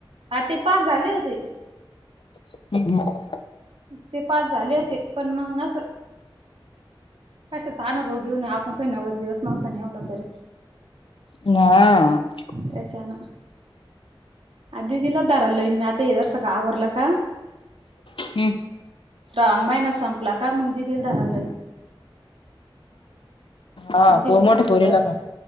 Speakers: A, on the right; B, on the left.
A: हा ते पाच झाले होते.
B: <inaudible>
A: ते पाच झाले होतेत, पण मग अस कशाच अनुभव घेऊन आपण काय नऊच दिवस लावतो आणि एवढं करीत.
B: <unintelligible>
A: त्याचानं आ दीदला दार लईन, मी आता येदर सगळं आवरलं का?
B: हम्म.
A: श्रावण महिना संपला का मग <unintelligible>
B: हा
A: दितील
B: पो मोठ्या
A: <unintelligible>
B: पोरीला
A: तू धर
B: का